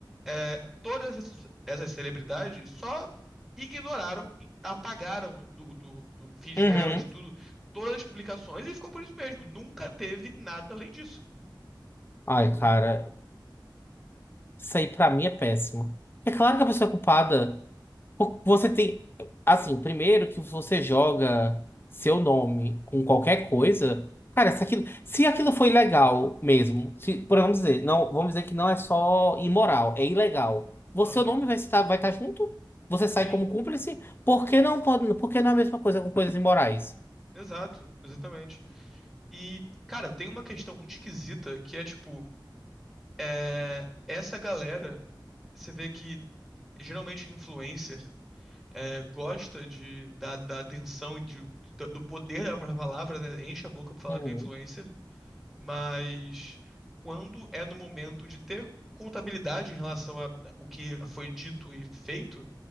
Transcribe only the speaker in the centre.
É, todas essas, essas celebridades só ignoraram, e apagaram do, do, do feed
delas, de tudo, todas as publicações e ficou por isso mesmo. Nunca teve nada além disso.
Ficou
por isso
mesmo.
Aham.
Sim.
Exato, exatamente. E, cara, tem uma questão muito esquisita que é tipo, é, essa galera, você vê que geralmente influencer é, gosta de, da, da atenção e de, do do poder da própria palavra, né? Enche a boca pra falar
que é influencer, mas quando é no momento de ter contabilidade em relação a o que foi dito e feito,